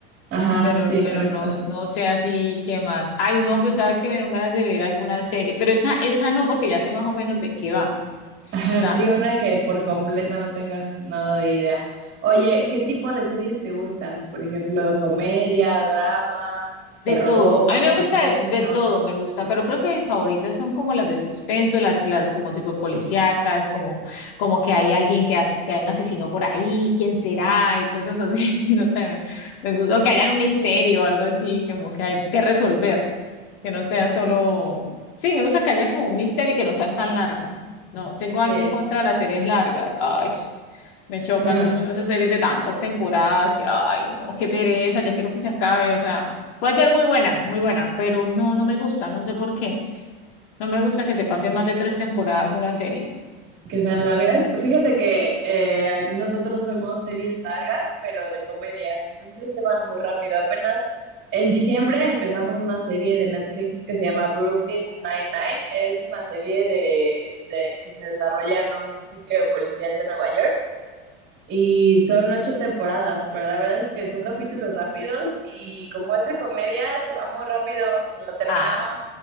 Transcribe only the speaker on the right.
Ajá,
sí,
correcto.
<laughs> Ajá,
Sí, una que por completo no tengas nada de idea. Oye, ¿qué tipo de series te gustan? Por ejemplo, comedia, drama,
terror,
suspenso.
Sí.
<laughs>
Que sean largas. Fíjate que eh, aquí nosotros vemos series largas, pero de comedia, entonces se van muy rápido. Apenas en diciembre empezamos una serie de Netflix que se llama Brooklyn Nine-Nine. Es una serie de, de- que se desarrolla en un sitio de policías de Nueva York. Y son ocho temporadas, pero la verdad es que son capítulos rápidos y como es de comedia, se va muy rápido. Lo terminamos,